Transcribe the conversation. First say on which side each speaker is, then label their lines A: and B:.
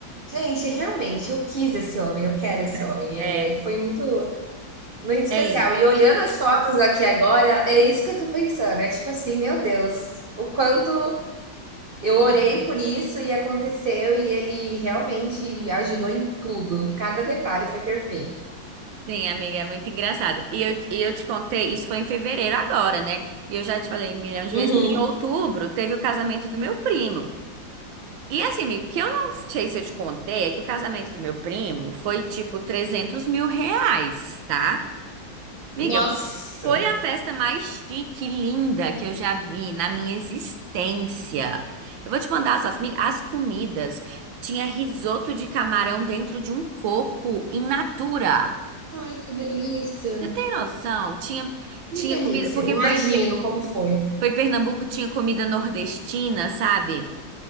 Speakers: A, on the right; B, on the right.
A: Gente, realmente, eu quis esse homem, eu quero esse
B: <laughs>
A: homem.
B: É,
A: É, foi muito, muito especial.
B: é isso.
A: E olhando as fotos aqui agora, é isso que eu tô pensando. É tipo assim, meu Deus, o quanto eu orei
B: Uhum.
A: por isso e aconteceu, e ele realmente ajudou em tudo. Cada detalhe foi perfeito.
B: Sim, amiga, é muito engraçado. E eu, e eu te contei, isso foi em fevereiro agora, né? E eu já te falei um milhão de
A: Uhum.
B: vezes que em outubro teve o casamento do meu primo. E assim, amigo, o que eu não sei se eu te contei é que o casamento do meu primo foi tipo 300 mil reais, tá? Amiga,
A: Nossa!
B: Foi a festa mais chique, linda que eu já vi na minha existência. Eu vou te mandar as, fotos. Mi- as comidas. Tinha risoto de camarão dentro de um coco in natura.
A: Ai, que delícia!
B: Você tem noção? Tinha,
A: Que
B: tinha
A: delícia!
B: comida, porque
A: Imagino
B: foi, em Pe-
A: como foi.
B: foi em Pernambuco, tinha comida nordestina, sabe?